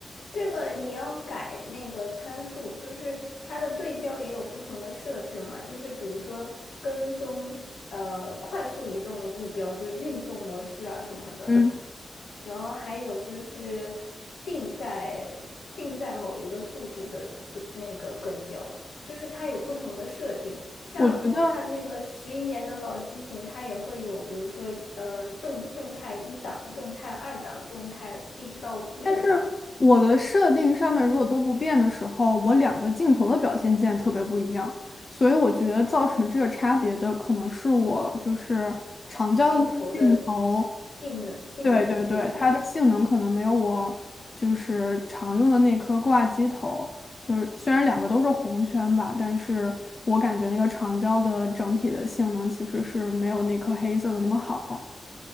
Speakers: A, on the left (about 85°); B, on the left (about 40°).
A: 这个你要改那个参数，就是它的对焦也有不同的设置嘛，就是比如说跟踪呃快速移动的目标，就是运动模式啊什么的，
B: 嗯，
A: 然后还有就是定在定在某一个速度的的那个跟焦，就是它有不同的设定。像我看那个十一年的老机型，
B: 我觉得。
A: 它也会有，比如说呃动动态一档、动态二档、动态一直到六档。
B: 但是我的设定上面如果都不变的时候，我两个镜头的表现现在特别不一样，所以我觉得造成这个差别的可能是我就是长焦的那个镜头，
A: 镜头的性能性能不一样。
B: 对对对，它的性能可能没有我就是常用的那颗挂机头，就是虽然两个都是红圈吧，但是我感觉那个长焦的整体的性能其实是没有那颗黑色的那么好。